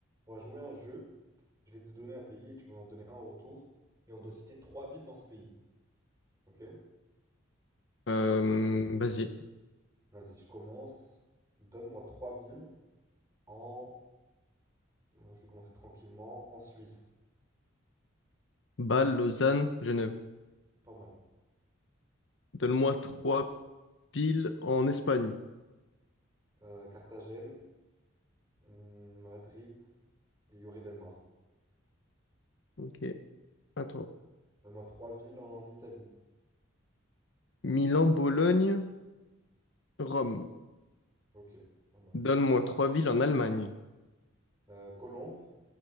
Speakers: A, on the right; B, on the left.
A: On va jouer à un jeu, je vais te donner un pays et tu vas m'en donner un en retour. Et on doit citer trois villes dans ce pays. Ok?
B: Euh, vas-y.
A: Vas-y, je commence. Donne-moi trois villes en. Je vais commencer tranquillement en Suisse.
B: Bâle, Lausanne, Genève.
A: Pas mal.
B: Donne-moi trois villes en Espagne.
A: Euh, Carthagène, hum, Madrid et Lloret del Mar.
B: Ok, attends.
A: Donne-moi trois villes en Italie.
B: Milan, Bologne, Rome.
A: Ok, pas mal.
B: Donne-moi trois villes en Allemagne.
A: Euh, Colombe,